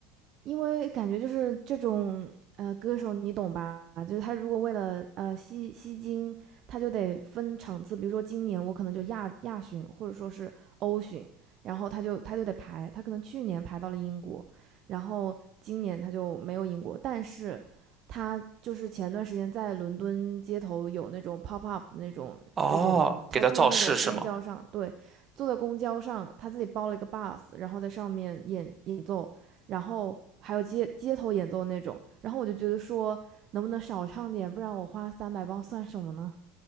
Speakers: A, on the right (about 45°); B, on the right (about 30°).
A: 因为感觉就是这种呃歌手，你懂吧？就是他如果为了呃吸吸金，他就得分场次，比如说今年我可能就亚亚巡或者说是欧巡，然后他就他就得排，他可能去年排到了英国，然后今年他就没有英国，但是他就是前段时间在伦敦街头有那种 pop up 那种这种，
B: 哦，
A: 他坐在那种公交上，
B: 给他造势是吗？
A: 对，坐在公交上，他自己包了一个 bus，然后在上面演演奏。然后还有街街头演奏那种。然后我就觉得说，能不能少唱点，不然我花三百磅算什么呢？